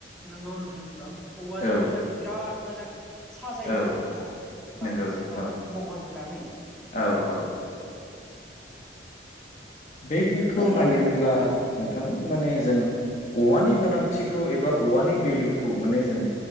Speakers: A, in the centre; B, on the left.
A: नंगौ नोंथां नोंगौ औवाजोंनो
B: औ
A: माने बिराद मोजां साजायदों
B: औ
A: आरो ना
B: नंगौ
A: बायदिसिना
B: औ
A: महर होनानै
B: औ औ बेफोरखौ
A: बिनि
B: नायोब्ला
A: औ
B: नोंथां माने जों औवानि गोनांथिखौ एबा औवानि भेलुखौ माने जों